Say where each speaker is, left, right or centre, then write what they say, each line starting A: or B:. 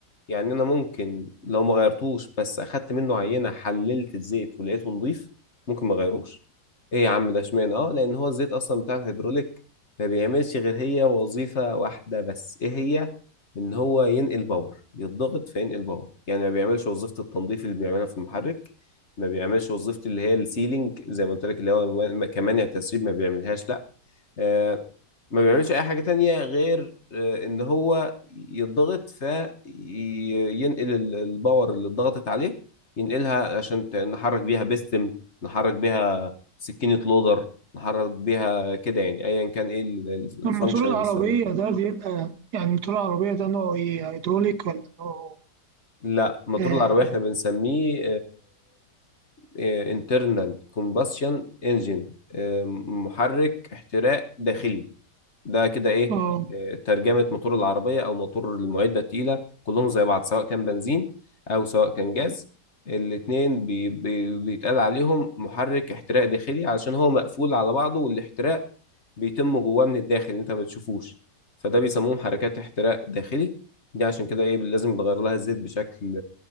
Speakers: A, on the left; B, on the right.
A: يعني انا ممكن لو ما غيرتوش بس اخدت منه عينه حللت الزيت ولقيته نضيف ممكن ما غيروش ايه يا عم ده اشمعنى اه لان هو الزيت اصلا بتاع الهيدروليك ما بيعملش غير هي وظيفه واحده بس ايه هي ان هو ينقل باور يتضغط فينقل باور يعني ما بيعملش وظيفه التنظيف اللي بيعملها في المحرك ما بيعملش وظيفه اللي هي السيلينج زي ما قلت لك اللي هو كمان التسريب ما بيعملهاش لا آه، ما بيعملش اي حاجة تانية غير آه، ان هو يضغط فينقل الباور اللي اتضغطت عليه ينقلها عشان ت- نحرك بيها بيستم نحرك بيها سكينة لودر نحرك بيها كده يعني ايا كان ايه ال- ال- الفانكشن
B: الموتور
A: اللي
B: العربية
A: بيستخدم فيها
B: ده بيبقى يعني الموتور العربية ده نوعه إيه هيدروليك ولا نوعه
A: لا موتور
B: إيه؟
A: العربية احنا بنسميه انترنال كومباشن انجن محرك احتراق داخلي ده كده ايه
B: آه آه،
A: آه، ترجمة موتور العربية او موتور المعدة التقيلة كلهم زي بعض سواء كان بنزين او سواء كان جاز الاتنين بي بي بيتقال عليهم محرك احتراق داخلي علشان هو مقفول على بعضه والاحتراق بيتم جواه من الداخل انت ما بتشوفوش فده بيسموه محركات احتراق داخلي دي عشان كده ايه لازم بغير لها الزيت بشكل